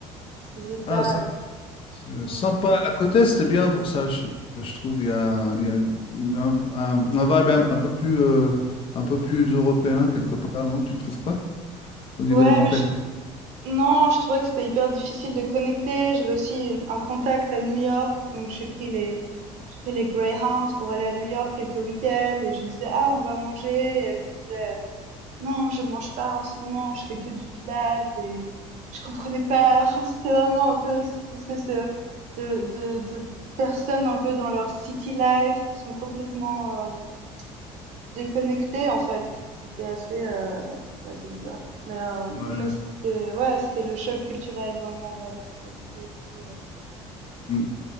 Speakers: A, on the right; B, on the left.
A: ces états
B: Ah, Euh,
A: ouais.
B: Sympa, la côte Est, c'est bien pour ça, je, je trouve. Il y a, il y a une- un, un- un vibe un, un peu plus, euh, un peu plus européen, quelque part, non? Tu trouves pas? Au niveau
A: Ouais,
B: des mentalités.
A: mais Non, je trouvais que c'était hyper difficile de connecter. J'avais aussi une- un contact à New York, donc j'ai pris les j'ai pris les Greyhounds pour aller à New York quelques week-ends et je disais ah on va manger et elle me disait non je mange pas en ce moment, je fais que du pilates et je comprenais pas. <laughs> Enfin c'était vraiment un peu cette espèce de de de, de personnes un peu dans leur city life qui sont complètement euh, Déconnecté en fait, c'était assez, heu, c'était assez bizarre. Mais, heu,
B: Ouais.
A: mais c'était ouais, c'était le choc culturel vraiment là, c'était pour le coup, ouais.
B: Mm.